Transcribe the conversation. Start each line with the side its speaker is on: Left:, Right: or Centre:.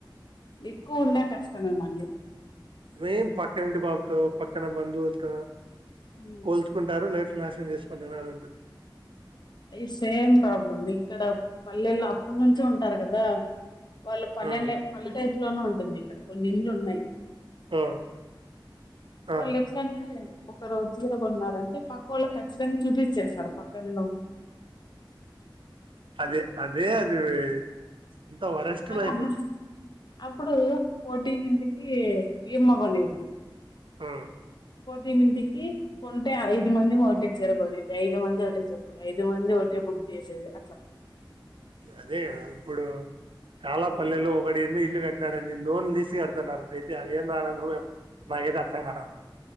Left: ఎక్కువ ఉన్నా కష్టమే మళ్ళీ
Right: మెయిన్ పక్కన ఇంటి బాబుతో పక్కన బంధువుల్తో
Left: హ్మ్.
Right: పోల్చుకుంటారు లైఫ్ నాశనం చేసుకుంటున్నారు అంతే
Left: ఇ సేమ్ ప్రాబ్లం పల్లెల్లో అప్పుడినుంచి ఉంటారు కదా వాళ్ళు పల్లెలే
Right: ఆ
Left: పల్లెటైప్ ఇంట్లో నే ఉంటుంది ఇక్కడ కొన్ని ఇల్లు ఉన్నాయి
Right: ఆ
Left: వాళ్ళు
Right: ఆ
Left: ఎట్లాంటే ఒక రోజు చీర కోన్నరంటే పక్కోల్లకు ఖచ్చితంగా చూపిచ్చేస్తారు పక్కనే
Right: అదే అదే అ దివే అంతా వరస్ట్
Left: అది
Right: లైఫ్
Left: అప్పుడు అప్పుడు పోటీ మీదికి ఇమ్మ కొనేది
Right: ఆ
Left: పోటీ మిందికి కొంటే ఐదు మందిమి ఒకటే చిరగొనేది ఐదు మంది ఒకటే చెప్పులు ఐదు మంది ఒకటే బుక్ చేసేది అట్లా
Right: అదే కదా అప్పుడు చాలా పల్లెలో ఒకడి ఏంది ఇల్లు కట్ దండి లోన్ తీసి ఆడతాన్నారు అయితే అదేంది ఆడతన్నారో ఏమో నాకైతే అర్థం కావడం